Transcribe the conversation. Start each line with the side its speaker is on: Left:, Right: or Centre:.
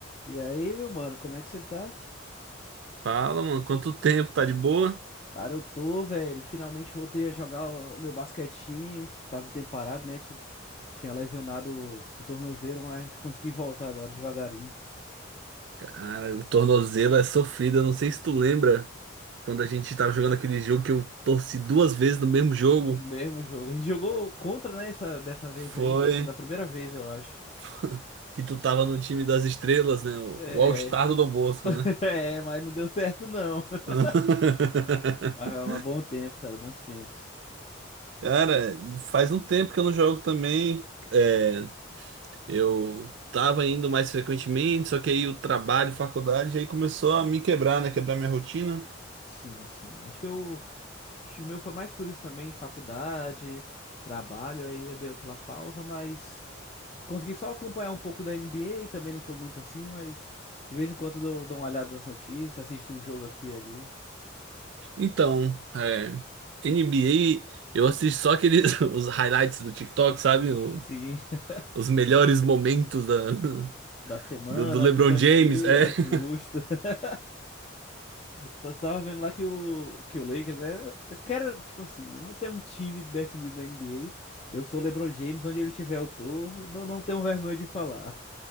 Left: E aí, meu mano, como é que você tá?
Right: Fala, mano, quanto tempo? Tá de boa?
Left: Cara, eu tô, velho. Finalmente voltei a jogar o o meu basquetinho. Tava um tempo parado, né? Tipo, Tinha lesionado o o tornozelo, mas consegui voltar agora devagarinho.
Right: Cara, o tornozelo é sofrido. Eu não sei se tu lembra quando a gente tava jogando aquele jogo que eu torci duas vezes no mesmo jogo.
Left: No mesmo jogo. A gente jogou contra, né? Essa, dessa vez
Right: Foi
Left: aí. Foi uma Da primeira vez, eu acho.
Right: <laughs> que tu tava no time das estrelas, né? O
Left: É,
Right: o All-Star do Dom Bosco,
Left: <laughs>
Right: né?
Left: é, mas não deu certo, não. <laughs>
Right: <laughs>
Left: Mas, mas bom tempo, cara. Bons tempos.
Right: Cara, e faz um tempo que eu não jogo também. É, eu tava indo mais frequentemente, só que aí o trabalho, faculdade, aí começou a me quebrar, né? Quebrar minha rotina.
Left: Sim, sim. Acho que eu, acho que o meu foi mais por isso também, faculdade, trabalho. Aí eu dei aquela pausa, mas. Consegui só acompanhar um pouco da NBA, também não tô muito assim, mas de vez em quando eu dou, dou uma olhada nas notícias, assisto um jogo aqui e ali.
Right: Então, é, NBA, eu assisto só aqueles <laughs> os highlights do TikTok, sabe?
Left: Sim,
Right: O-
Left: sim, <laughs>
Right: os melhores momentos da- <laughs>
Left: da semana,
Right: do, do LeBron
Left: dos antigos,
Right: James. É.
Left: é
Right: <laughs>
Left: justo. <laughs> Só tava vendo lá que o, que o Lakers, né? Quero, tipo assim, eu não tenho um time definido na NBA. Eu sou o LeBron James, onde ele tiver eu tô. Não, não tenho vergonha de falar.